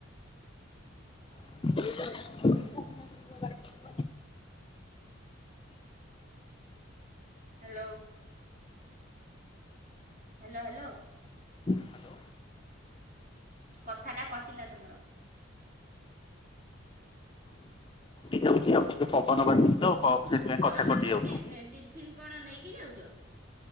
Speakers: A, on the left; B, on the right.
A: <unintelligible>
B: Hello hello hello.
A: ବାଟ।
B: କଥା ଟା କଟିଲା ତମର।
A: ହୋଉଛି ଆଉ ଟିକେ ପବନ ବାଜୁଛି ତ ସେଥିପାଇଁ କଥା
B: ତମେ କଣ
A: କଟି
B: ଟିଫିନ
A: ଯାଉଥିବ।
B: ଏ ଟିଫନ୍ କଣ ନେଇକି ଯାଉଚ